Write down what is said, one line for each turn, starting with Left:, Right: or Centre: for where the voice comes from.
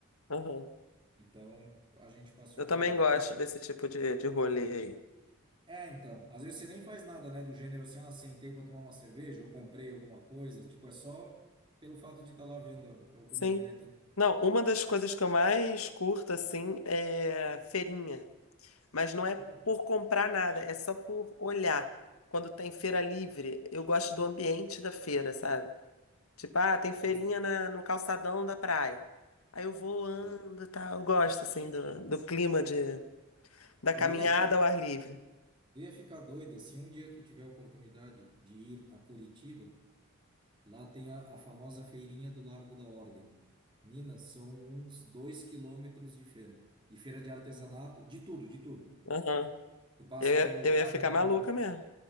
Left: Aham.
Right: Então, a gente passeou
Left: Eu também
Right: por lá.
Left: gosto
Right: E-
Left: desse tipo de, de rolê aí.
Right: É, então, às vezes você nem faz nada, né, do gênero assim, ah, sentei para tomar uma cerveja ou comprei alguma coisa, tipo, é só pelo fato de estar lá vendo o,
Left: Sim.
Right: o movimento.
Left: Não, uma das coisas que eu mais curto, assim, é feirinha. Mas não é
Right: É.
Left: por comprar nada, é só por olhar. Quando tem feira livre, eu gosto do ambiente da feira, sabe? Tipo, ah, tem feirinha
Right: Nossa,
Left: na, no calçadão da praia. Aí eu vou, ando
Right: é.
Left: e tal. Eu gosto, assim, do, do clima de, da caminhada
Right: Tu ia, fi-
Left: ao ar livre.
Right: tu ia ficar doida se um dia tu tiver a oportunidade de ir a Curitiba, lá tem a, a famosa feirinha do Largo da Ordem. Nina, são uns dois quilômetros de feira. E feira de artesanato, de tudo, de tudo.
Left: Aham.
Right: Tu passa
Left: Eu, ia-
Right: pelo
Left: eu
Right: cara
Left: ia ficar
Right: que
Left: maluca
Right: tem a
Left: mesmo.